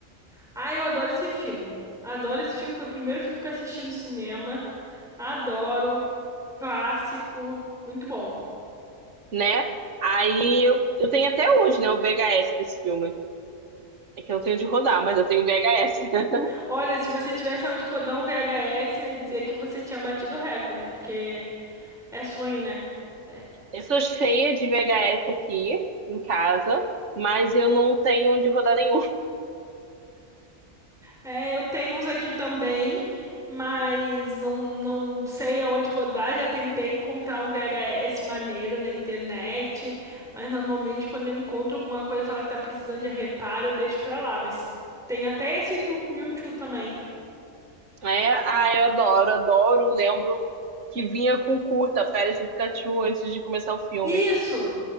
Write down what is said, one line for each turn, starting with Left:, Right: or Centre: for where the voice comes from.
Centre: Ah, eu adoro esse filme. Adoro esse filme, foi o primeiro filme que eu assisti no cinema. Adoro, clássico, muito bom.
Right: né? Aí eu, eu tenho até hoje, né, o VHS desse filme. É que eu não tenho de rodar, mas eu tenho VHS. <laughs>
Centre: Olha, se você tivesse onde rodar um VHS, eu ia dizer que você tinha batido o recorde, porque é sonho, né? É,
Right: Eu sou cheia de VHS aqui em casa, mas eu não tenho de rodar nenhum. <laughs>
Centre: É, eu tenho uns aqui também, mas não, não sei aonde rodar. Já tentei encontrar um VHS maneiro na internet, mas normalmente quando eu encontro alguma coisa, fala que tá precisando de reparo, eu deixo pra lá. Mas tem até esse do Mewtwo também.
Right: É, ah, eu adoro, adoro. Lembro que vinha com curta, Férias do Pikachu, antes de começar o filme.
Centre: Isso!